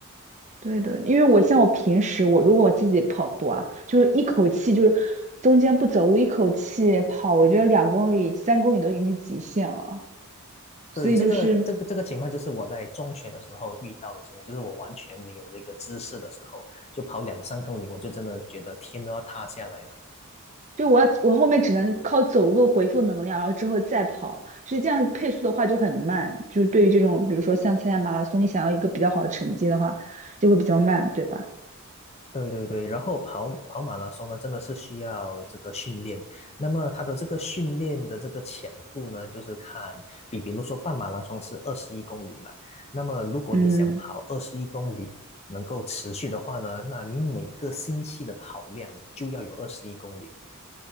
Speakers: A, on the right; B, on the left.
A: 对的，因为我像我平时我如果我自己跑步啊，就是一口气就是中间不走路，一口气跑，我觉得两公里、三公里都已经是极限了。所以就是
B: 对，这个这个这个情况就是我在中学的时候遇到的情况，就是我完全没有那个知识的时候，就跑两三公里，我就真的觉得天都要塌下来了。
A: 就我要我后面只能靠走路回复能量，然后之后再跑，所以这样配速的话就很慢。就是对于这种，比如说像参加马拉松，你想要一个比较好的成绩的话，就会比较慢，对吧？
B: 对对对，然后跑跑马拉松呢，真的是需要这个训练。那么它的这个训练的这个强度呢，就是看比比如说半马拉松是二十一公里嘛，那么如果你想跑二十一公里能够持续的话呢，
A: 嗯，
B: 那你每个星期的跑量就要有二十一公里。